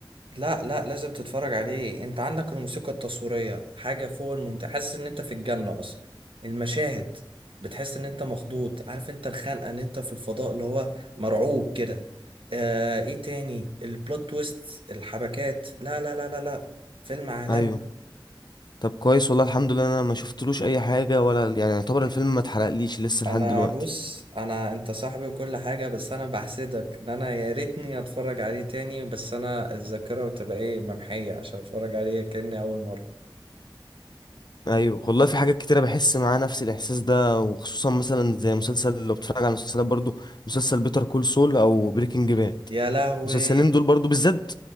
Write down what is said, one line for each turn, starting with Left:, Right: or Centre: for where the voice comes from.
Right: لا لا لازم تتفرج عليه انت عندك الموسيقى التصويرية حاجة فوق الممتع حاسس ان انت في الجنة اصلا المشاهد بتحس ان انت مخضوض عارف انت الخنقة ان انت في الفضاء اللي هو مرعوب كده آه ايه تاني البلوت تويست الحبكات لا لا لا لا لا فيلم عالمي
Left: ايوه طب كويس والله الحمد لله انا ما شفتلوش اي حاجة ولا يعني يعتبر الفيلم ما اتحرقليش لسه
Right: انا
Left: لحد دلوقتي
Right: بص انا انت صاحبي وكل حاجة بس انا بحسدك ان انا يا ريتني اتفرج عليه تاني بس انا الذاكرة بتبقى ايه ممحية عشان اتفرج عليه كأني اول مرة
Left: ايوه والله في حاجات كتيرة بحس معاه نفس الاحساس ده وخصوصا مثلا زي مسلسل لو بتتفرج على مسلسلات برضو مسلسل بيتر كول سول او بريكنج باد
Right: يا لهوي
Left: المسلسلين دول برضو بالذات